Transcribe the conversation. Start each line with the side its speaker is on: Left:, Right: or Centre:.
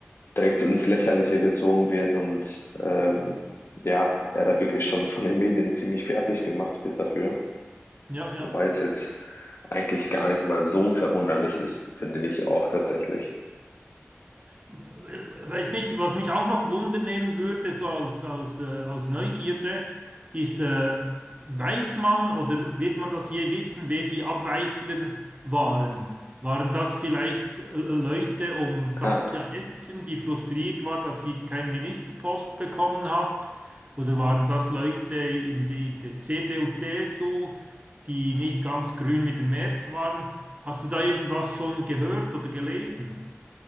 Left: direkt ins Lächerliche gezogen wird und ähm, ja, er da wirklich schon von den Medien ziemlich fertig gemacht wird dafür.
Right: Ja, ja.
Left: Wobei es jetzt eigentlich gar nicht mal so verwunderlich ist, finde ich auch tatsächlich.
Right: Weiß nicht, was mich auch noch Wunder nehmen würde, so aus, aus, äh, aus Neugierde, ist, äh, weiß man oder wird man das je wissen, wer die Abweichler waren? Waren das vielleicht äh, Leute um Saskia
Left: Ja,
Right: Esken, die frustriert war, dass sie keinen Ministerpost bekommen hat? Oder waren das Leute in, die, in der CDU, CSU, die nicht ganz grün mit dem März waren? Hast du da irgendwas schon gehört oder gelesen?